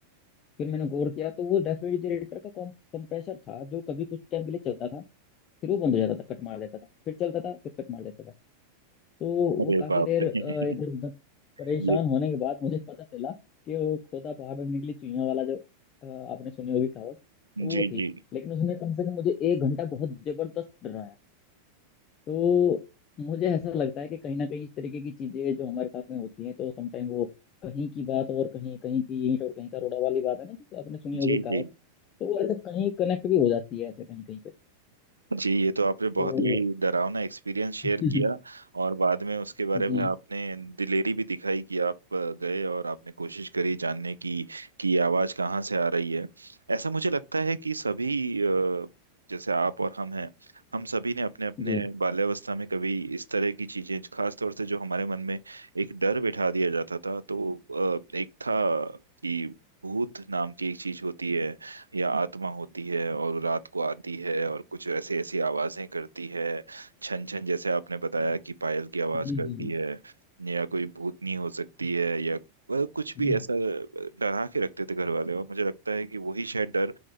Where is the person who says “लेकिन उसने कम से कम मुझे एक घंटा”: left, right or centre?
Left